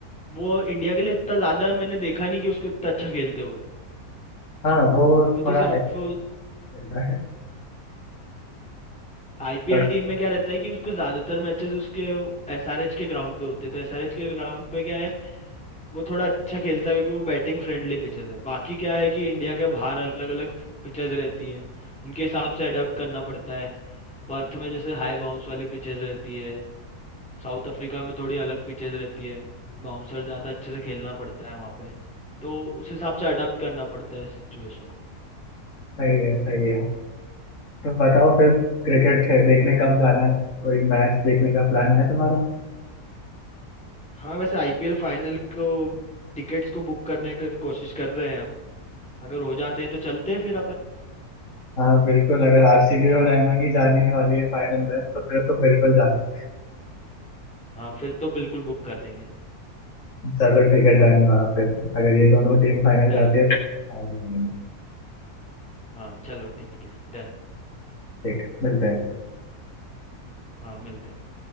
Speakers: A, in the centre; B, on the left.
A: वो इंडिया के लिए इतना ज्यादा मैंने देखा नहीं कि उसको इतना अच्छा खेलते हुए
B: हाँ वो
A: अभी
B: थोड़ा
A: तो सिर्फ
B: ऐसे खेलता है
A: आईपीएल
B: पर
A: टीम में क्या रहता है कि उसको ज्यादातर मैचेस उसके एसआरएच के ग्राउंड पे होते हैं तो एसआरएच के ग्राउंड पे क्या है वो थोड़ा अच्छा खेलता है क्योंकि वो बैटिंग फ्रेंडली पिचेस है बाकी क्या है कि इंडिया के बाहर अलग अलग पिचेस रहती है उनके हिसाब से अडेप्ट करना पड़ता है पर्थ में जैसे हाई बाउंस वाली पिचेस रहती है साउथ अफ्रीका में थोड़ी अलग पिचेस रहती है बाउंसर ज़्यादा अच्छे से खेलना पड़ता है वहाँ पे तो उस हिसाब से अडाप्ट करना पड़ता है सिचुएशन को
B: सही है सही है तो बताओ फिर क्रिकेट देखने कब जाना है कोई मैच देखने का प्लान है तुम्हारा
A: हाँ वैसे आईपीएल फाइनल को टिकट्स को बुक करने की कोशिश कर रहे हैं हम अगर हो जाते हैं तो चलते हैं फिर अपन
B: हाँ बिल्कुल अगर आरसीबी और एमआई ही जाने वाली है फाइनल में तो फिर तो बिल्कुल जाना है
A: हाँ फिर तो बिल्कुल बुक कर देंगे
B: चलो ठीक है डन हुआ फिर अगर ये दोनों टीम फाइनल
A: चलो
B: जाती है तो फाइनल
A: हाँ चलो ठीक है डन
B: ठीक है मिलते हैं
A: हाँ मिलते हैं